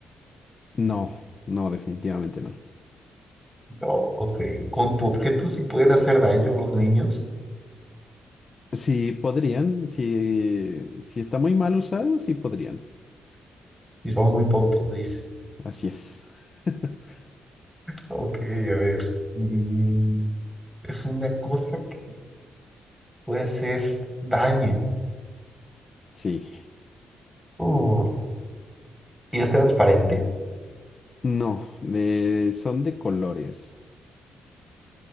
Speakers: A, on the left (about 45°); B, in the centre.
A: No, no, definitivamente no.
B: No, ok. ¿Con tu objeto se pueden hacer daño los niños?
A: Sí podrían, si, si está muy mal usado, sí podrían.
B: Y son muy tontos, dices.
A: Así es. <laughs>
B: Ok, a ver. Mm, es una cosa que puede hacer daño.
A: Sí.
B: Uf, ¿Y es transparente?
A: No, de- son de colores.